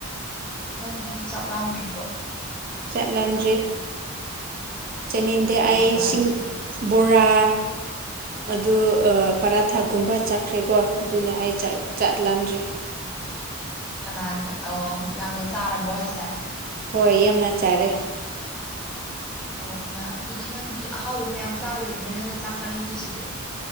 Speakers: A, in the centre; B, on the right.
A: ꯅꯪꯗꯤꯗꯤ ꯆꯥꯛ ꯂꯥꯝꯗ꯭ꯔꯤꯕ꯭ꯔꯣ
B: ꯆꯠꯂꯝꯗ꯭ꯔꯤ ꯆꯠꯅꯤꯡꯗꯦ
A: ꯀꯩꯒꯤꯅꯣ
B: ꯑꯩ
A: ꯍꯥꯏꯁꯦ
B: ꯁꯤꯡ ꯕꯣꯔꯥ ꯑꯗꯨ ꯑ ꯄꯥꯔꯥꯊꯥꯒꯨꯝꯕ ꯆꯠꯈ꯭ꯔꯦꯀꯣ ꯑꯗꯨꯅ ꯑꯩ ꯆꯥꯛ ꯆꯥꯛꯂꯥꯝꯗ꯭ꯔꯦ
A: ꯀꯅꯥꯒ ꯑꯣ ꯌꯥꯝꯅ ꯆꯥꯔꯕꯣ ꯍꯥꯏꯁꯦ
B: ꯍꯣꯏ ꯌꯥꯝꯅ ꯆꯥꯔꯦ
A: ꯑꯣ ꯑꯗꯨꯅ ꯑꯗꯨꯗꯤ ꯅꯪꯗꯤ ꯑꯍꯥꯎꯕ ꯃꯌꯥꯝ ꯆꯥꯕꯒꯤꯅꯤꯅ ꯅꯪ ꯆꯥꯛ ꯆꯥꯅꯤꯡꯗ꯭ꯔꯤꯁꯤꯗꯤ